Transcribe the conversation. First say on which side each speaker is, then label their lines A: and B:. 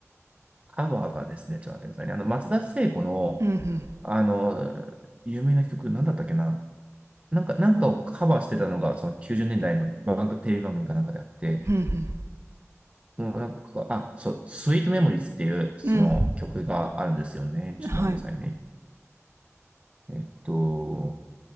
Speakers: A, on the right (about 25°); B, on the right (about 60°).
A: カバーがですね、ちょっと待ってくださいね。あの、松田聖子の、
B: うんうん。
A: あの、有名な曲、なんだったっけな。なんか、なんかをカバーしてたのが、その90年代の番組、テレビ番組かなんかであって、
B: うん
A: もうなんか、あ、そう、スイートメモリーズっていう、その曲があるんですよね。
B: うん。うん。
A: ちょっと待ってくださいね。
B: はい。
A: えっと、